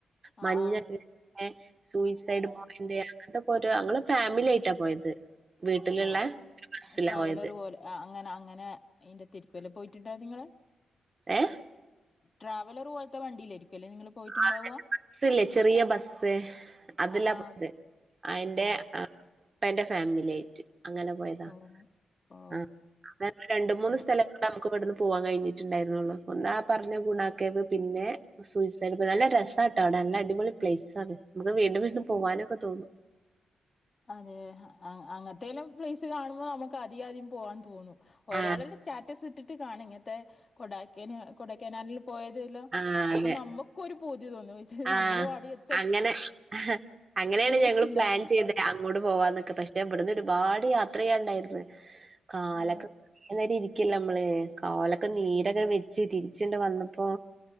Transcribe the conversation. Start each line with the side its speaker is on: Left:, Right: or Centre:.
Right: മഞ്ഞൊക്കെ
Left: ആഹ് ആഹ്
Right: <unintelligible> സൂയിസൈഡ്
Left: ആഹ് ആഹ്
Right: പോയിന്റ് അതൊക്കോരോ അങ്ങള് ഫാമിലി ആയിട്ടാ പോയത് വീട്ടിലുള്ള
Left: ഓക്കെ
Right: ബസ്സിലാ
Left: ട്രാവലറ്
Right: പോയത്
Left: പോലെ അങ്ങനെ അങ്ങനെ ഇയ്ന്റെ തിരുക്കല്ല് പോയിട്ടുണ്ടോ നിങ്ങള്?
Right: ഏഹ്?
Left: ട്രാവലറ് പോലത്തെ വണ്ടീലായിരിക്ക്വല്ലേ നിങ്ങള് പോയിട്ടുണ്ടാവുക
Right: ആഹ് <unintelligible> ബസ്സ്ല്ലേ ചെറിയ ബസ്സ് അതിലാ
Left: ആ ആ
Right: പോയത് അയിന്റെ
Left: ആ
Right: ഉപ്പാന്റെ ഫാമിലി ആയിട്ട് അങ്ങനെ പോയതാ.
Left: ഓ ഓ
Right: ആഹ് <unintelligible> രണ്ട് മൂന്ന്
Left: ഉം.
Right: സ്ഥലങ്ങളാ നമുക്ക് ഇവടുന്ന് പൂവ്വാൻ കഴിഞ്ഞിട്ടുണ്ടായിരുന്നുള്ളു. ഒന്ന് ആഹ് പറഞ്ഞ ഗുണാക്കേവ് പിന്നെ സൂയിസൈഡ് പോയി നല്ല രസാട്ടാ അവടെ. നല്ലടിപൊളി പ്ലേസ് ആണ്. നമുക്ക് വീണ്ടും വീണ്ടും പോവാനൊക്കെ തോന്നും.
Left: അതെ അ അങ്ങനത്തേലും പ്ലേസ് കാണുമ്പോ നമുക്ക് അധികധികം പോവാൻ തോന്നും ഓരോളന്റെ
Right: ആ
Left: സ്റ്റാറ്റസ് ഇട്ടിട്ട് കാണും ഇങ്ങത്തെ കൊടാക്കന കൊടൈക്കനാലിൽ പോയതല്ലാം.
Right: ആ
Left: അപ്പോ
Right: അതെ
Left: നമ്മക്കും ഒരു പൂതിതോന്നും. വെച്ചാല്
Right: ആ
Left: നമ്മളും അടി എ
Right: അങ്ങനെ അങ്ങനെയാണ് ഞങ്ങള്
Left: ഒരു ചിന്താഗതി
Right: പ്ലാൻ ചെയ്തന് അങ്ങോട് പോവാന്നൊക്കെ. പക്ഷേ ഇവിടന്ന് ഒരുപാട് യാത്രയ്യാണ്ടായിരുന്ന്. കാലൊക്കെ
Left: ഓ
Right: കൊറേ നേരിരി ക്കില്ലേമ്മള് കാലൊക്കെ നീരൊക്കെ വെച്ച് തിരിച്ച്ണ്ട് വന്നപ്പോ